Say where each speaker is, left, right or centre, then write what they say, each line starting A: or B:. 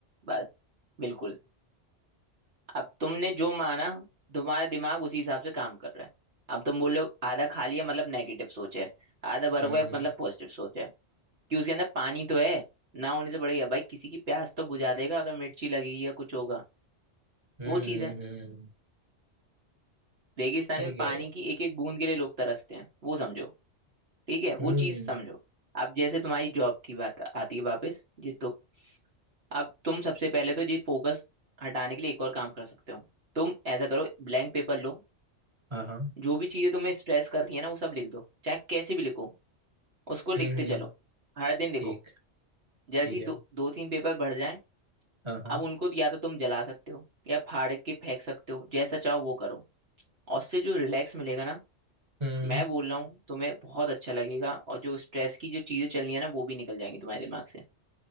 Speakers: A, on the right (about 60°); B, on the right (about 25°).
A: बस बिल्कुल अब तुमने जो माना तुम्हारा दिमाग उसी हिसाब से काम कर रहा है अब तुम बोलो आधा खाली है मतलब नेगेटिव सोच है आधा भरा
B: हम्म
A: हुआ है
B: हम्म
A: मतलब पॉजिटिव सोच है कि उसके अंदर पानी तो है ना होने से बढ़िया भाई किसी की प्यास तो बुझा देगा अगर मिर्ची लगेगी या कुछ होगा
B: हम्म
A: वो चीज़
B: हम्म
A: है
B: हम्म,
A: रेगिस्तान
B: सही
A: में
B: कह
A: पानी
B: रहे हो
A: की एक एक बूंद के लिए लोग तरसते हैं वो समझो ठीक है
B: हम्म
A: वो चीज़ समझो अब जैसे तुम्हारी जॉब की बात आती है वापस जी तो अब तुम सबसे पहले तो ये फोकस हटाने के लिए एक और काम कर सकते हो तुम ऐसा करो ब्लैंक पेपर लो
B: हाँ हाँ
A: जो भी चीजें तुम्हें स्ट्रेस कर रही है ना वो सब लिख दो चाहे कैसे भी लिखो उसको लिखते
B: हम्म हम्म,
A: चलो हर दिन लिखो
B: ठीक
A: जैसे
B: ठीक
A: ही
B: है
A: दो दो तीन पेपर भर जाए
B: हाँ हाँ
A: अब उनको या तो तुम जला सकते हो या फाड़ के फेंक सकते हो जैसा चाहो वो करो और उससे जो रिलैक्स मिलेगा ना
B: हम्म
A: मैं बोल रहा हूँ तुम्हें बहुत अच्छा लगेगा और जो स्ट्रेस की जो चीजें चल रही है ना वो भी निकल जाएंगी तुम्हारे दिमाग से